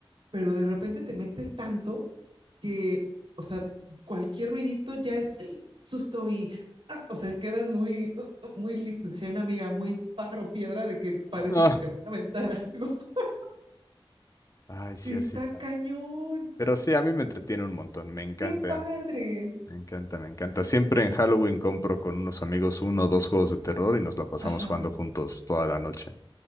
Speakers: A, on the right (about 75°); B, on the left (about 40°).
A: pero de repente te metes tanto que, o sea, cualquier ruidito ya es susto y, ah, o sea, quedas muy, muy listo. Decía una amiga, muy pájaro piedra de que parece
B: Ah,
A: que te van a aventar algo. <laughs>
B: ay, sí,
A: Está
B: así pasa.
A: cañón,
B: Pero sí, a mí me entretiene un montón, me encanta.
A: qué padre.
B: Me encanta, me encanta. Siempre en Halloween compro con unos amigos uno o dos juegos de terror y nos la pasamos
A: Ajá.
B: jugando juntos toda la noche.